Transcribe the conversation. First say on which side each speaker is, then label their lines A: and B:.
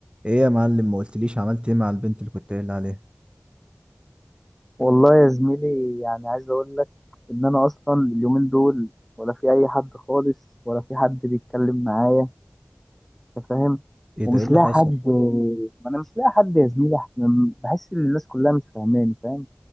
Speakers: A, on the right; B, in the centre.
A: ايه يا معلم ما قلتليش عملت ايه مع البنت اللي كنت قايل عليها
B: والله يا زميلي يعني عايز اقول لك ان انا اصلا اليومين دول ولا في اي حد خالص ولا في حد بيتكلم معايا انت فاهم
A: ايه
B: ومش
A: ده ايه اللي
B: لاقي
A: حصل
B: حد ما انا مش لاقي حد يا زميلي أحنا م- بحس ان الناس كلها مش فاهماني فاهم